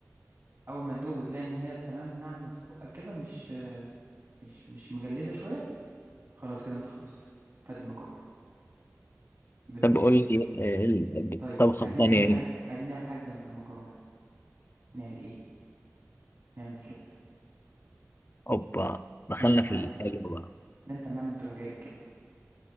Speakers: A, on the right; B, on the left.
A: أول ما تدوق وتلاقي إن هي تمام ناعمة في بقك كده مش مش مش مجلدة شوية خلاص كده أنت خلصت فادي المكرونة بامتياز
B: طب قول لي إيه ال- الطبخه
A: طيب عايزين
B: الثانيه
A: نعمل حاجة
B: ايه
A: عايزين نعمل حاجة جنب المكرونة نعمل إيه؟ نعمل كبدة
B: اوبا دخلنا
A: فأنت يا معلم
B: في الحلو بقى
A: لا أنت يا معلم تروح جايب الكبدة